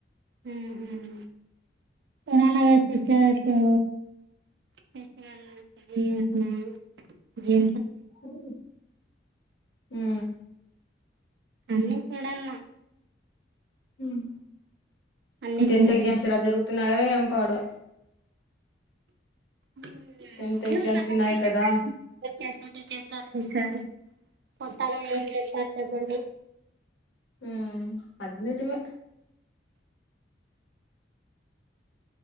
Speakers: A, on the right; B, on the left.
A: హమ్ తెలడాలగా సిస్టర్ ఓ ఫస్టివల్స్, యా, అమ్మ, యే
B: కారూ ఆ
A: అన్నీ చూడల్ల
B: హమ్
A: అన్నీ
B: ఇప్పుడు టెన్త్
A: చూసాను
B: ఎగ్జామ్స్ ఎలా జరుగుతున్నాయో ఏం పాడో
A: అందరూ
B: టెన్త్ ఎగ్జామ్స్
A: కనెక్ట్
B: ఉన్నయి.
A: అయినట్టు
B: కదా,
A: చేసినట్టే చేస్తారు సిస్టర్ కొత్తగా ఏం చేస్తారు చెప్పండి
B: ఉహ్మ్ అది నిజమే